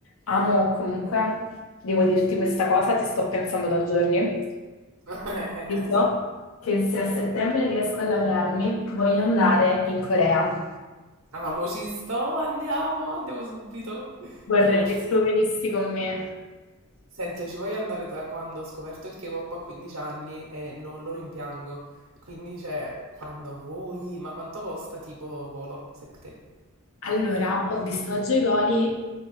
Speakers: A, on the left; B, on the right.
A: Amo comunque, devo dirti questa cosa, ti sto pensando da giorni.
B: <laughs>
A: Io so che se a settembre riesco a laurearmi, voglio andare in Corea.
B: Amo, ci sto, andiamo, andiamo subito,
A: Vorrei
B: di corsa.
A: che tu venissi con me.
B: Senti, io ci voglio andare da quando ho scoperto il K-pop a 15 anni e non lo rimpiango. Quindi, cioè, quando vuoi, ma quanto costa tipo volo, secondo te?
A: Allora, ho visto oggi i voli,